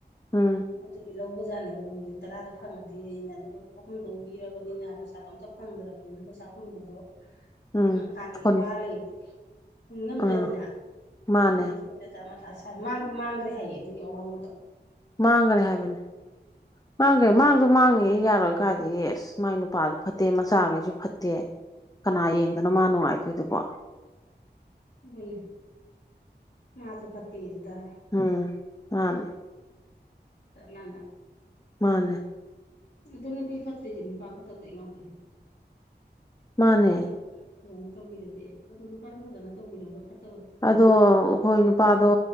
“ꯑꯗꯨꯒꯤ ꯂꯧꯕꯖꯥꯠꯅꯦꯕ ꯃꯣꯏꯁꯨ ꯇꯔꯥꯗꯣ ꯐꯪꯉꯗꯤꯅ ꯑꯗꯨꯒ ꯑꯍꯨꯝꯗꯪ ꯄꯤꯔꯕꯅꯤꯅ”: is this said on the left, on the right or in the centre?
Left